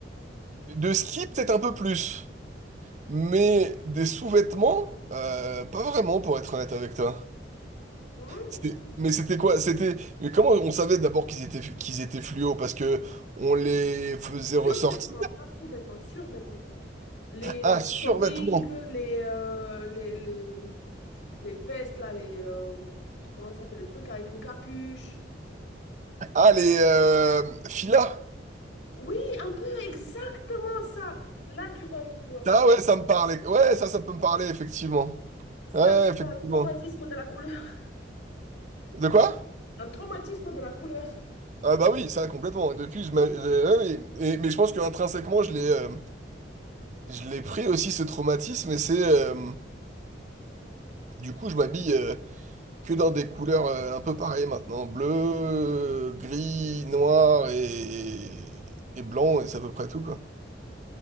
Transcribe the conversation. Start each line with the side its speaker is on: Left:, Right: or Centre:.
Right: De ski, peut-être un peu plus. Mais des sous-vêtements, euh, pas vraiment pour être honnête avec toi.
Left: Non.
Right: C'était- Mais c'était quoi? C'était mais comment on savait d'abord qu'ils étaient qu'ils étaient fluo parce que on les faisait ressortir.
Left: Survêtements, pas sous-vêtements, survêtements. Les
Right: Ah, survêtements.
Left: jogging, les, euh, les, les, les vestes, là, les, euh, comment ça s'appelle, les trucs avec une capuche.
Right: Ah, les euh, filas.
Left: Oui, un peu exactement ça. Là, tu vois, où tu vois-
Right: Ah
Left: je vois.
Right: ouais, ça me parlait. Ouais, ça, ça peut me parler effectivement.
Left: Ça,
Right: Ouais,
Left: c'est
Right: effectivement.
Left: pas un traumatisme de la couleur.
Right: De quoi?
Left: Un traumatisme de la couleur.
Right: Ah bah oui, ça complètement. Depuis, je m'a- euh, ouais, oui. Et- mais je pense que intrinsèquement, je l'ai euh, je l'ai pris aussi ce traumatisme et c'est euh, du coup, je m'habille. euh, que dans des couleurs euh, un peu pareilles maintenant. Bleu, euh, gris, noir et, et blanc, et c'est à peu près tout, quoi.